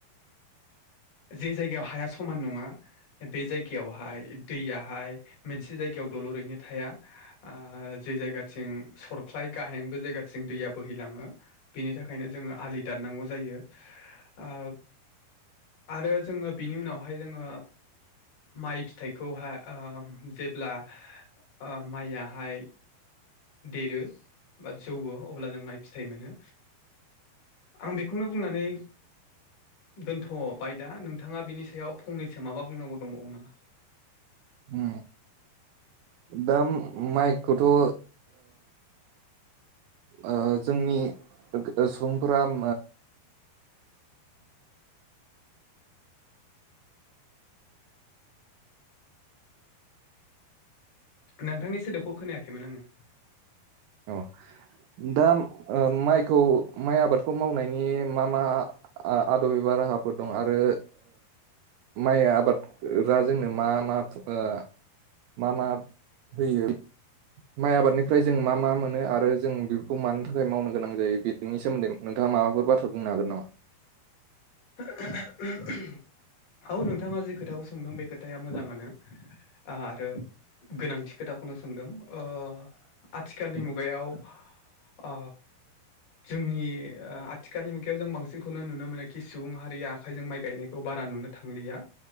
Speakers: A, on the left; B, on the right.
A: जे जायगायाव हाया समान नङा बे जायगायावहाय दैयाहाय मोनसे जायगायाव दल'रैनो थाया ओ जे जायगाथिं सरख्लाय गाहें बे जायगाथिं दैया बोहैलाङो बेनि थाखायनो जोङो आलि दाननांगौ जायो ओ आरो जोङो बिनि उनावहाय जोङो माइ फिथाइखौहाय ओ जेब्ला ओ माइयाहाय देरो बा जौवो अब्ला जों माइ फिथाइ मोनो। आं बेखौनो बुंनानै दोनथ' बायदा नोंथाङा बिनि सायाव फंनैसो माबा बुंनांगौ दंबावो नामा
B: उम दा माइखौथ' ओ ओ जोंनि सुबुंफोरा <inaudible>
A: नोंथांनि सोदोबखौ खोनायाखैमोन आङो
B: औ। दा माइखौ माइ आबादखौ मावनायनि मा मा आदब एबा रा- हाफोर दं आरो माइ आबाद जोंनो मा मा ओ मा मा होयो माइ आबादनिफ्राय जों मा मा मोनो आरो जों बेखौ मानि थाखाय मावनो गोनां जायो बेनि सोमोन्दै नोंथाङा माबाफोर बाथ्रा बुंनो हागोन नामा? <inaudible>
A: <unintelligible> औ नोंथाङा जि खोथाखौ सोंदों बे खोथाया मोजाङानो आरो गोनांथि खोथाखौनो सोंदों ओ आथिखालनि मुगायाव ओ जोंनि आथिखालनि मुगायाव जों बांसिनखौनो नुनो मोननाय खि सुबुं हारिया आखाइजों माइ गायनायखौ बारा नुनो थांलिया